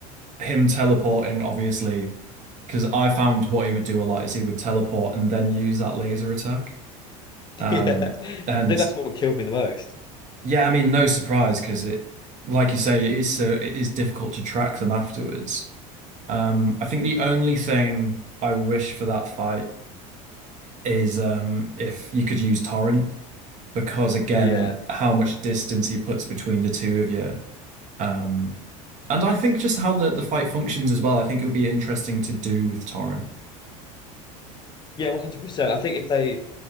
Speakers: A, on the right; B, on the left.
A: him teleporting, obviously, because I found what he would do a lot is he would teleport and then use that laser attack.
B: <laughs>
A: Um,
B: yeah I
A: and
B: think that's what killed me the most
A: yeah, I mean, no surprise because it, like you say, it is so it is difficult to track them afterwards. Um, I think the only thing I wish for that fight. is um if you could use torrent because again
B: Yeah.
A: how much distance he puts between the two of you um and I think just how the the fight functions as well I think it would be interesting to do with torrent
B: Yeah, 100%. I think if they